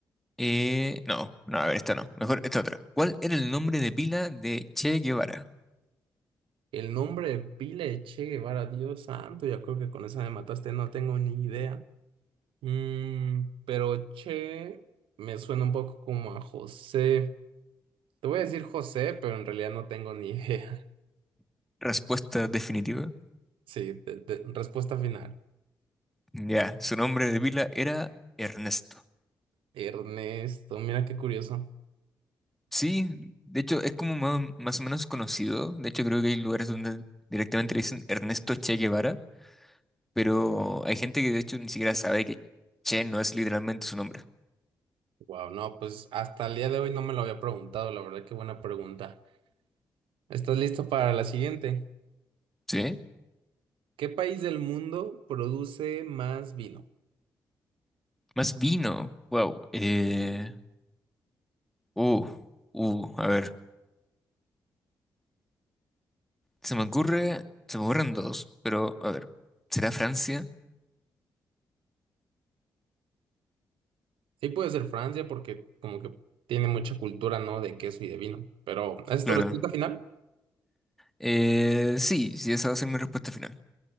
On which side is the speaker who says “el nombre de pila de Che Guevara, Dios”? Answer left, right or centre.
Right